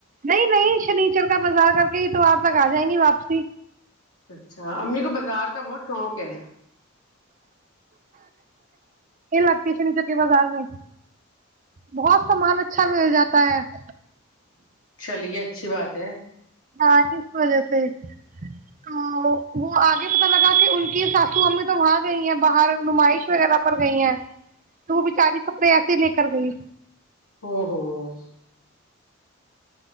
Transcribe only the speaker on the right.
نہیں نہیں شنیچر کا بازار کر کے ہی تو آپ تک آ جائیں گی واپسی
یہ لگتی نچ کے بازار میں بہت سامان اچھا مل جاتا ہے <inaudible>
ہاں اس وجہ سے تو وہ آگے پتہ لگا کہ ان کی ساسو امی تو وہاں گئی ہیں باہر نمائش وغیرہ پر گئی ہیں تو وہ بچاری کپڑے ایسے لے کر گئی